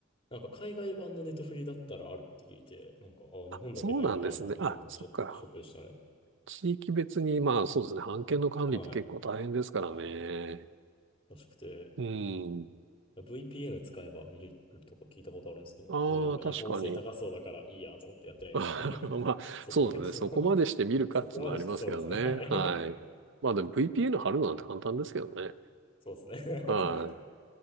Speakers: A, on the left; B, on the right.
A: なんか海外版のネットフリだったらあるって聞いて、なんか、ああ、
B: あ、
A: 日本だけないんだっていうふうに思ってちょっとショックでしたね。
B: そうなんですね。あ、そっか。地域別に、まあそうですね。版権の管理って結構大変ですからね。
A: はい。らしくて。
B: うん。
A: VPN 使えば見れるとか聞いたことあるんですけど、
B: ああ、
A: まあでもなんか違法性高そうだからいいやと思ってやってないんですよね。
B: 確かに。<laughs> ま
A: <laughs>
B: あ、
A: そこに関しては
B: そうですね。そこまでして見るかっていうのはありますけどね。
A: <laughs> そこまでしてそうですね。はい。
B: はい。まあでも VPN 貼るなんて簡単ですけどね。
A: <laughs> そうですね。
B: はい。